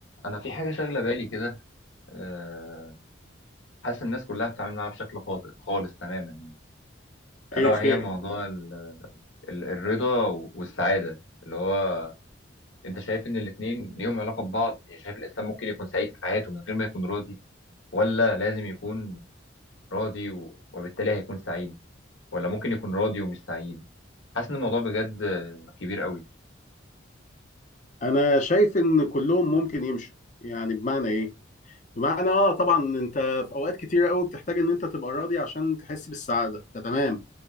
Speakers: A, on the left; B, on the left.
A: انا في حاجه شاغله بالي كده آه، حاسس الناس كلها بتتعامل معاها بشكل خاطئ خالص تماما الا
B: ايه
A: وهي
B: خير
A: موضوع ال- ال- الرضا والسعاده اللي هو انت شايف ان الاثنين ليهم علاقه ببعض يعني شايف الانسان ممكن يكون سعيد في حياته من غير ما يكون راضي ولا لازم يكون راضي و- وبالتالي هيكون سعيد ولا ممكن يكون راضي ومش سعيد حاسس ان الموضوع بجد آه، كبير قوي
B: انا شايف ان كلهم ممكن يمشوا يعني بمعنى ايه بمعنى اه طبعا انت في اوقات كتيره قوي بتحتاج ان انت تبقى راضي عشان تحس بالسعاده فتمام